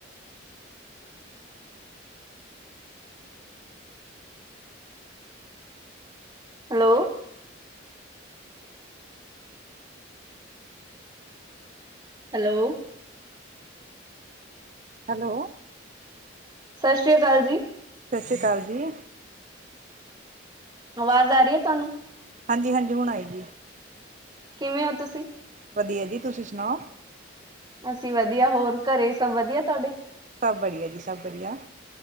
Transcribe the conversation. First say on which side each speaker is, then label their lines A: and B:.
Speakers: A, on the right (about 20°); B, on the right (about 40°).
A: hello. Hello.
B: Hello.
A: ਸਾਸ੍ਰੇ ਆ ਕਾਲ ਜੀ‌।
B: ਸਸ੍ਰੀ ਕਾਲ ਜੀ।
A: ਅਵਾਜ਼ ਆ ਰੀ ਆ ਤੁਹਾਨੂੰ?
B: ਹਾਂਜੀ-ਹਾਂਜੀ, ਹੁਣ ਆਏ ਜੀ।
A: ਕਿਵੇਂ ਓ ਤੁਸੀ?
B: ਵਦੀਆ ਜੀ ਤੁਸੀ ਸੁਨਾਓ।
A: ਅਸੀ ਵਦੀਆ ਹੋਰ ਘਰੇ ਸਬ ਵਦੀਆ ਤੁਆਡੇ?
B: ਸਬ ਬੜਿਆ ਜੀ ਸਬ ਬੜਿਆ।